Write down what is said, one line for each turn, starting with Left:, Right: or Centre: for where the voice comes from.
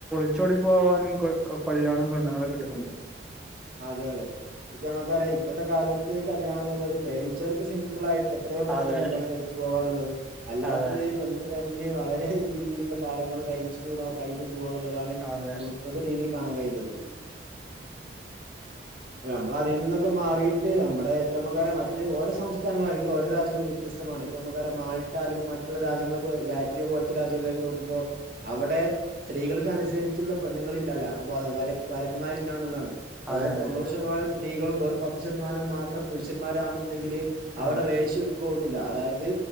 Centre: ഒളിച്ചൊടി പോകാനും കൊ കൊല്ലാനും പെണ്ണുങ്ങളെ കിട്ടുന്നുണ്ട്
Right: അതെ അതെ ഇപ്പ നമുക്കറിയാം ഇപ്പത്തെ കാലത്ത് കല്യാണം എന്നുള്ളത് പ്രേമിച്ചവർക്ക് സിംമ്പിൾ ആയിട്ട് എത്രയോ പെട്ടെന്ന്
Centre: അതെ
Right: കല്യാണം കഴിച്ചു പോവാ എന്നുള്ളതും അല്ലാത്തവ
Centre: അതെ
Right: ഈ പെണ്ണ് തെരഞ്ഞു വളരെ രീതിയിലുള്ള കാലങ്ങൾ കഴിച്ചു കൂടാ കഴിഞ്ഞു പോകുന്നുള്ളതാണ്
Centre: അതെ
Right: നമുക്ക് ഇപ്പോത്തെ രീതിയി കാണാൻ കഴിയുന്നത് അപ്പ നമ്മള അതിൽ നിന്നൊക്കെ മാറിയിട്ട് നമ്മുടെ നമുക്കെ മറ്റ് ഓരോ സംസ്ഥാനങ്ങളൾ അല്ലെങ്കിൽ ഓരോ രാജ്യങ്ങൾ വ്യത്യതമാണ് ഇപ്പൊ നമുക്കറിയ മാൾട്ട അല്ലെങ്കിൽ മറ്റുള്ള രാജ്യങ്ങള് ലാറ്റിയോ പോലത്തെ രാജിയങ്ങളിലേക്ക് നോക്കുമ്പോ അവിടെ സ്ത്രീകൾക്ക് അനുസരിച്ചുള്ള പെണ്ണുങ്ങളില്ല അല്ല വര വരന്മാരില്ല എന്നുള്ളതാണ് അതായത്
Centre: അതെ അതെ
Right: തൊണ്ണൂറ്
Centre: അതെ
Right: ശതമാനം സ്ത്രീകളും വെറും പത്ത് ശതമാനം മാത്രം പുരുഷന്മാരാണെന്നുണ്ടെങ്കില് അവിടെ
Centre: ആഹ്
Right: റെഷു ഒറ്റു പോകുന്നില്ല അതായത്